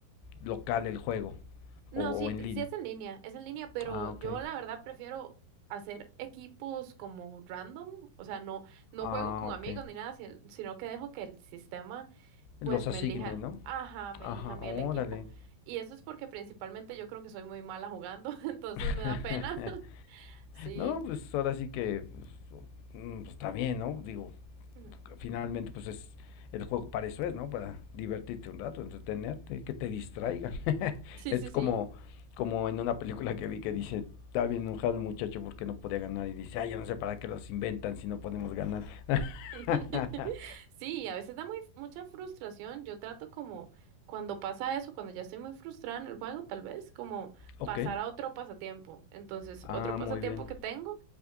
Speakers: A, on the left; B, on the right.
A: local el juego
B: No,
A: o, o
B: sí,
A: en línea.
B: sí es en línea, es en línea, pero
A: Ah,
B: yo
A: ok.
B: la verdad prefiero hacer equipos como random, o sea, no, no
A: Ah,
B: juego con
A: ok.
B: amigos ni nada, si- sino que dejo que el sistema
A: Los
B: pues
A: asigne,
B: me elija,
A: ¿no?
B: ajá, me
A: Ajá,
B: elija a mí
A: órale.
B: el equipo. Y eso es porque principalmente yo creo que soy muy mala jugando, <laughs> entonces
A: <laughs>
B: me da pena. <laughs> Sí,
A: No, pues ahora sí que pues, mm, pues, está bien, ¿no? Digo,
B: ujú,
A: finalmente pues es el juego para eso es, ¿no? Para divertirte un rato, entretenerte, que te distraigan. <laughs>
B: sí,
A: Es
B: sí, sí.
A: como como en una película que vi que dice, está bien enojado el muchacho porque no podía ganar y dice, ay, yo no sé para qué los inventan si no podemos ganar.
B: <laughs>
A: <laughs>
B: Sí, a veces da muy, mucha frustración. Yo trato como cuando pasa eso, cuando ya estoy muy frustrada en el juego, tal vez como
A: Ok.
B: pasar a otro pasatiempo. Entonces,
A: Ah,
B: otro pasatiempo
A: muy bien.
B: que tengo